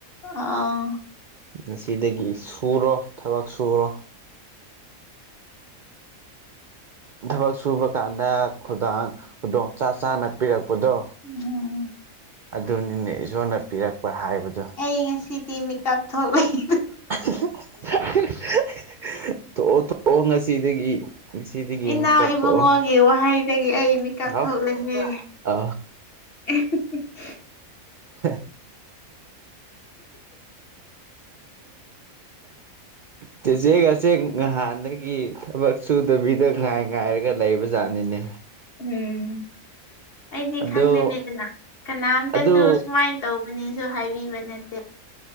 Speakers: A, on the left; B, on the right.
A: ꯑꯥ
B: ꯉꯁꯤꯗꯒꯤ ꯁꯨꯔꯣ ꯊꯕꯛ ꯁꯨꯔꯣ ꯊꯕꯛ ꯁꯨꯕ ꯀꯥꯟꯗ ꯈꯨꯗꯥꯡ ꯈꯨꯗꯣꯡ ꯆ ꯆꯥꯅ ꯄꯤꯔꯛꯄꯗꯣ
A: ꯎꯝ
B: ꯑꯗꯨꯅꯤꯅꯦ ꯏꯁꯣꯔꯅ ꯄꯤꯔꯛꯄ ꯍꯥꯏꯕꯗꯣ
A: ꯑꯩ ꯉꯁꯤꯗꯤ ꯃꯤꯦꯀꯞ ꯊꯣꯛꯂꯛꯏ
B: <inaudible> ꯊꯣꯛꯑꯣ ꯊꯣꯛꯑꯣ ꯉꯁꯤꯗꯒꯤ ꯉꯁꯤꯗꯒꯤ
A: ꯏꯅꯥꯎ
B: ꯃꯦꯀꯞ
A: ꯏꯕꯨꯡꯉꯣꯒꯤ
B: ꯊꯣꯛꯑꯣ
A: ꯋꯥꯍꯩꯗꯒꯤ ꯑꯩ ꯃꯤꯀꯞ
B: ꯍꯥꯎ
A: ꯊꯣꯛꯂꯛꯑꯦ
B: ꯑ
A: <unintelligible>
B: <unintelligible> ꯆꯦꯆꯦ ꯉꯆꯦꯛ ꯉꯍꯥꯟꯗꯒꯤ ꯊꯕꯛ ꯁꯨꯗꯕꯤꯗ ꯉꯥꯏ ꯉꯥꯏꯔꯒ ꯂꯩꯕꯖꯥꯠꯅꯤꯅꯦ
A: ꯎꯝ ꯑꯩꯗꯤ
B: ꯑꯗꯨ
A: ꯈꯪꯗꯦꯅꯦ ꯀꯅꯥ ꯀꯅꯥꯝꯇꯁꯨ
B: ꯑꯗꯨ
A: ꯁꯨꯃꯥꯏ ꯇꯧꯕꯅꯦꯖꯨ ꯍꯥꯏꯕꯤꯕ ꯅꯠꯇꯦ